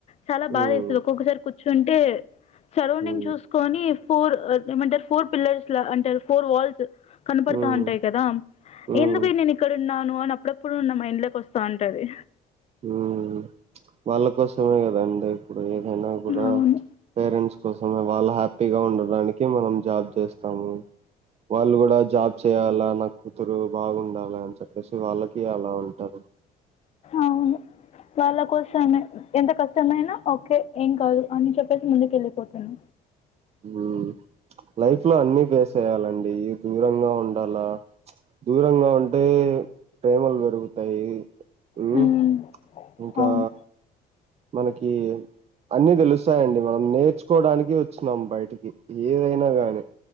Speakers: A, on the left; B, on the right.
A: చాలా
B: హ్మ్
A: బాధ సార్ చుంటే సరౌండింగ్
B: హ్మ్
A: చూసుకొని ఫోర్ ఏమంటారు ఫోర్ పిల్లర్స్ లా అంటారు ఫోర్ వాల్స్ కనపడతా
B: హ్మ్
A: ఉంటాయి కదా
B: హ్మ్
A: ఎందుకు నేను ఇక్కడన్న నువ్వు అప్పుడు నా మ ఇండ్లోకి వస్తా ఉంటది
B: హ్మ్ వాళ్ళ కోసమే కదండి ఇప్పు ఏదైనా కూడా
A: అవును.
B: పేరెంట్స్ కోసం వాళ్ళ హ్యాపీగా ఉండడానికి మనం జాబ్ చేస్తాము వాళ్ళు కూడా జాబ్ చేయాలా నా కూతురు బాగుండాలా అని చెప్పేసి వాళ్ళకి అలా ఉంటారు
A: అవును వాళ్ళ కోసమే ఎంత కష్ట మతమైనా ఓకే ఏం కాదు అని చెప్పేసి ముందుక వెళ్ళిపోతున్నా
B: హ్మ్ లైఫ్ లో అన్ని ఫేస్య్యాలండి దూరంగా ఉండాలా దూరంగా ఉంటే ప్రేమలు పెరుగుతాయి ఆ
A: హ్మ్.
B: ఇంకా
A: అవును.
B: మనకి అన్ని తెలుసాయండి. మనం నేర్చుకోవడానికి వచ్చినం బయటికి ఏదైనా గానీ.